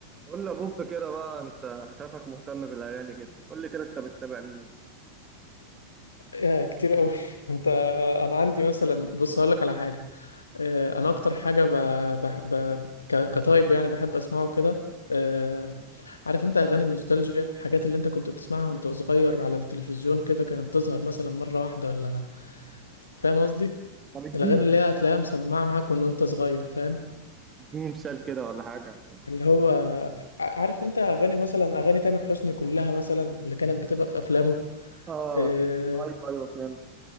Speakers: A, on the right; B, on the left.
A: قول لي يا بوب كده بقى انت شايفك مهتم بالاغاني كده قول لي كده انت بتتابع مين
B: يا كتير قوي <laughs> انت انا عندي مثلا بص هقول لك على حاجه آه، انا اكتر حاجه ب... ب... ب... ك... كتايب يعني بحب اسمعه كده آه، عارف انت اغاني النوستالجيا الحاجات اللي انت كنت بتسمعها وانت صغير على التلفزيون كده كانت تظهر مثلا مره واحده ولا فاهم قصدي
A: طب اديني
B: الاغاني اللي هي هتلاقيها مسمعه معاك وان انت صغير فاهم
A: اديني مثال كده ولا حاجه عشان
B: اللي هو ع- عارف انت اغاني مثلا اغاني تامر حسني كلها مثلا اللي كانت بتبقى في افلامه
A: اه
B: آه،
A: ايوه ايوه فهمت